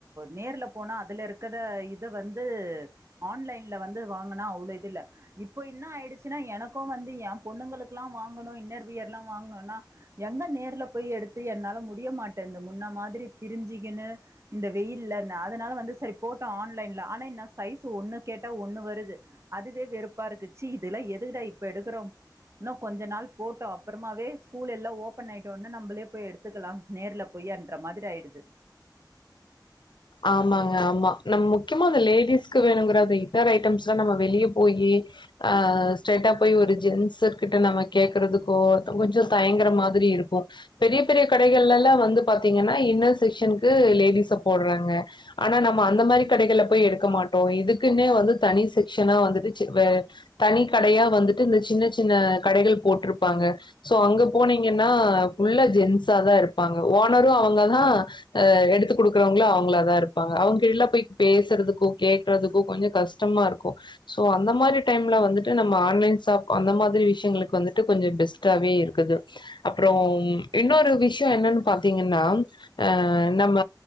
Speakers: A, on the right; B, on the left.
A: நேர்ல போனா அதுல இருக்க இருக்கிறத இத வந்து ஆன்லைன்ல வந்து வாங்கினா அவ்ளவு இது இல்ல இப்ப என்ன ஆயிடுச்சுன்னா எனக்கும் வந்து என் பொண்ணுங்களுக்குெல்லாம் வாங்கணும் இன்னர் வியர் எல்லாம் வாங்கணும்னா எங்க நேர்ல போய் எடுத்து என்னால முடிய மாட்டேனுது இந்த முன்ன மாதிரி திரிஞ்சுக்கனு இந்த வெயில் அதனால வந்து சரி போட்டோம் ஆன்லைன்ல ஆனா என் சைஸ் ஒண்ணு கேட்டா ஒண்ணு வருது அதுவே வெறுப்ப பா இருக்கு ச்சீ இதுல எதுகுடா இப்ப எடுக்கிறோம் இன்னும் கொஞ்ச நாள் போட்டோம் அப்புறமாவே ஸ்கூல் எல்லாம் ஓப்ப பன் ஆயிட்டோனி நம்பளே போய் எடுத்துக்கலாம் நேர்ல போய்ன்ற மாதிரி ஆயிடுது
B: ஆமாங்க ஆமா நம்ம முக்கியமா அந்த லேடிஸ்க்கு வேணுங்கிற அ இன்னர் ஐட்டம்ஸ் எல்லாம் நம்ம வெளியே போயி ஆஹ் ஸ்ட்ரைட்டா போய் ஒரு ஜென்ஸ்கிட்ட நம்ம கேக்குறதுக்கோ கொஞ்சம் தயங்கர மாதிரி இருக்கும் பெரிய பெரிய கடைகள்லல்ல வந்து பாத்தீங்கன்னா இன்னர் செக்க்ஷனுக்கு லேடிஸ போடுறே றாங்க ஆனா நம்ம அந்த மாதிரி கடைகள்ல போயி எடுக்க மாட்டோம் இதுக்குன்னே வந்து தனி செக்க்ஷனா வந்துட்டு தனி கடையா வந்துட்டு இந்த சின்ன சின்ன கடைகள் போட்டிருப்பாங்க சோ அங்க போனீங்கன்ன னா புல்லா ஜென்ஸ்ஸா தான் இருப்பாங்க ஓனரும் அவங்க தான் எடுத்து கொடுக்கறவங்களு அவ ளா தான் இருப்பாங்க அவங்க கிட்டாலம் போய் பேசுறதுக்கும் கேக்குறதுக்கும் கொஞ்சம் கஷ்டமா இருக்கும் சோ அந்த மாதிரி மாரி டைம்ல வந்துட்டு நம்ம ஆன்லைன் ஷாப் அந்த மாதிரி விஷயங்களுக்கு வந்துட்டு கொஞ்சம் பெஸ்ட்டாவே இருக்குது அப்புறம் இன்னொரு விஷயம் என்னன்னு பாத்தீங்கன்னா அஹ் நம்ம